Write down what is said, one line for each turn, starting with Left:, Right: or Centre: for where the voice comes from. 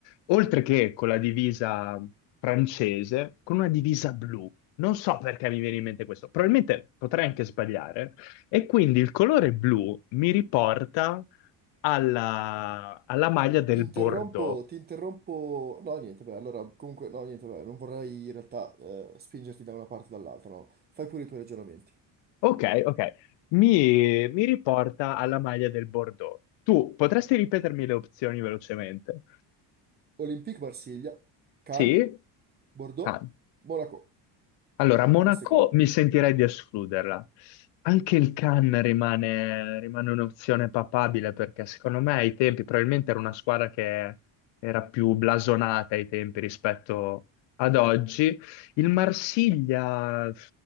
Left: oltre che con la divisa francese, con una divisa blu. Non so perché mi viene in mente questo, probabilmente potrei anche sbagliare. E quindi il colore blu mi riporta alla, alla maglia del
Right: Ti interrompo,
Left: Bordeaux.
Right: ti interrompo. No, niente, beh, allora, comunque, no, niente, beh, non vorrei in realtà eh, spingerti da una parte o dall'altra, no. Fai pure i tuoi ragionamenti.
Left: Ok, ok, mi, mi riporta alla maglia del Bordeaux. Tu potresti ripetermi le opzioni velocemente?
Right: Olympique Marsiglia, Cannes,
Left: Sì?
Right: Bordeaux,
Left: Ah.
Right: Monaco.
Left: Allora, Monaco
Right: Queste qua.
Left: mi sentirei di escluderla. Anche il Cannes rimane, rimane un'opzione papabile perché secondo me ai tempi probabilmente era una squadra che era più blasonata ai tempi rispetto ad oggi. Il Marsiglia